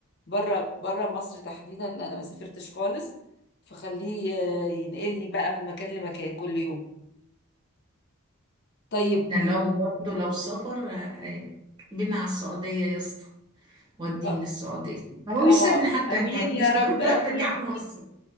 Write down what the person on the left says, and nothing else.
بره بره مصر تحديدا انا ما سافرتش خالص فخليه آه، ينقلني بقى من مكان لمكان كل يوم طيب
اه
آه،
امين
يا رب
امين